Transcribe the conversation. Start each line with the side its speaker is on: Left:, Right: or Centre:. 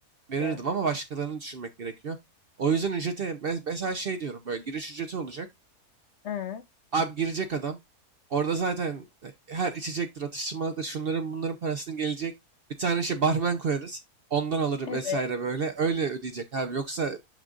Right: verirdim
Left: Şey.
Right: ama başkalarını düşünmek gerekiyor. O yüzden ücrete me- mesela şey diyorum böyle giriş ücreti olacak.
Left: Hı.
Right: Abi girecek adam orada zaten e, her içecektir atıştırmalıktır şunların bunların parasını gelecek. Bir tane şey barmen koyarız ondan alır
Left: Evet.
Right: vesaire böyle öyle ödeyecek abi yoksa